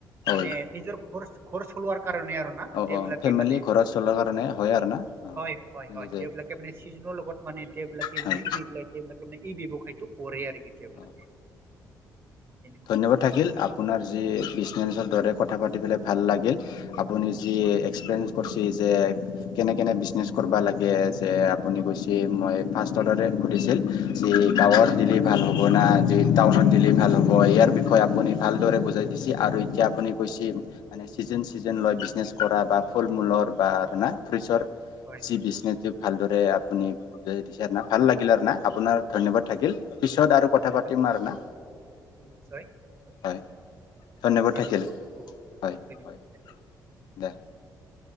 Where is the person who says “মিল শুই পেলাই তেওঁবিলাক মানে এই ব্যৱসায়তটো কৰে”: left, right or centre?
Right